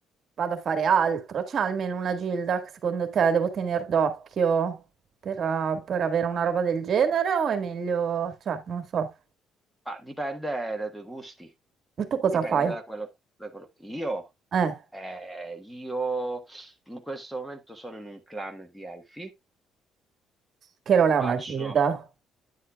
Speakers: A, on the right (about 50°); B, in the centre.
A: vado a fare altro. C'è almeno una Gilda che secondo te devo tenere d'occhio per, eh, per avere una roba del genere o è meglio, cioè, non so.
B: Ma dipende dai tuoi gusti,
A: E Tu cosa
B: dipende
A: fai?
B: da quello, da quello- Io,
A: Eh,
B: eh, io in questo momento sono in un clan di elfi,
A: che non è
B: faccio
A: una Gilda,